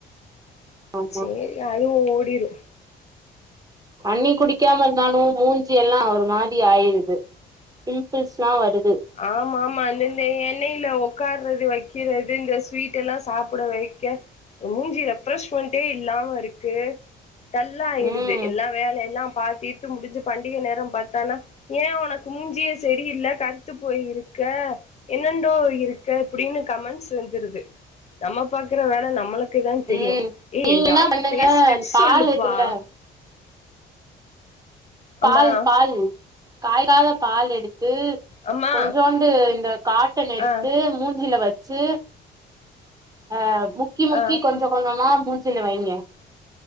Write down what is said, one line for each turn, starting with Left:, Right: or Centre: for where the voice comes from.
Right: ஆமா
Left: சேரி அது ஓடிடு
Right: தண்ணி குடிக்காம இருந்தாலு மூஞ்சி எல்லா ஒரு மாதி ஆயிடுது பிம்பிள்ஸ்லா வரு
Left: ஆமாமா இந்தந்த எண்ணெயில உக்காறது வைக் கிறது இந்த ஸ்வீட் எல்லா சாப்புட வைக்க மூஞ்சி ரெப்ரெஷ்மெண்டே இல்லாம ருக்கு டல்லா ஆயிடுது
Right: ம்
Left: எல்லா வேலையெல்லா பாத்தீட்டு முடிஞ்சு பண்டிகை நேரம் பாத்தானா ஏ உனக்கு மூஞ்சியே சரியில்ல கரு த்து போயிருக்க என்னன்டோ இருக்க இப்புடின்னு கமெண்ட்ஸ் வந்துருது நம்ம பாக்குற வேல நம்மளுக் க்குதா தெரியு
Right: ம்
Left: ஏ
Right: நீங்க
Left: எதாவது
Right: என்ன பண்ணுங்க
Left: ஃபேஸ் டிப்ஸ்
Right: பால்
Left: சொல்லுப்பா
Right: இருக்குல்ல பால்
Left: அம்மா
Right: பால் காய் க்காத பால் எடுத்து
Left: அம்மா
Right: கொஞ்சோண்டு இந்த காட்டன் எடுத்து
Left: ஆ
Right: மூஞ்சில வச் சு அ முக்கி முக்கி
Left: ஆ
Right: கொஞ்சோ கொஞ்சமா மூச்சில வைங்க